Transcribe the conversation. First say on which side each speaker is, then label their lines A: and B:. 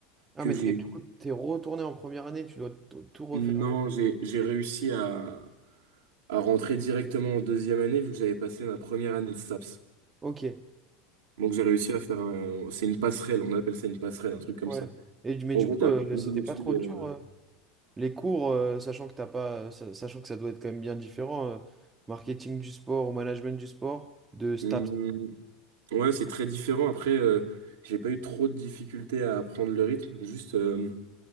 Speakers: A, on the right; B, on the right.
A: Ah,
B: que
A: mais
B: j'ai
A: t'es,
B: eue.
A: du coup, t'es retourné en première année, tu dois tout tout refaire.
B: Non, j'ai, j'ai réussi à, à rentrer directement en deuxième année vu que j'avais passé ma première année de STAPS.
A: Ok.
B: Donc j'ai réussi à faire un... C'est une passerelle, on appelle ça une passerelle, un truc comme
A: Ouais.
B: ça.
A: Et, du- mais
B: En
A: du
B: gros,
A: coup,
B: t'as
A: euh,
B: plein
A: c'était
B: d'études...
A: pas trop
B: euh,
A: dur euh, les cours, euh, sachant que t'as pas, euh, sa- sachant que ça doit être quand même bien différent, euh, marketing du sport ou management du sport, de STAPS.
B: hum, Ouais, c'est très différent. Après, euh, j'ai pas eu trop de difficultés à apprendre le rythme. Juste, euh,